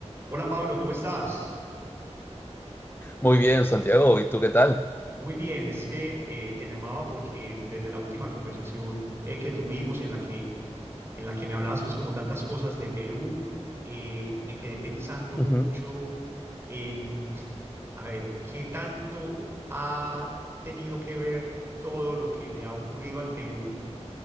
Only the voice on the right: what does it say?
Hola Pablo, ¿cómo estás?
Muy bien, es que eh, te llamaba porque desde la última conversación eh, que tuvimos en la que, en la que me hablabas pues como tantas cosas de Perú, eh, me quedé pensando
mucho en, a ver, qué tanto ha tenido que ver todo lo que le ha ocurrido al Perú,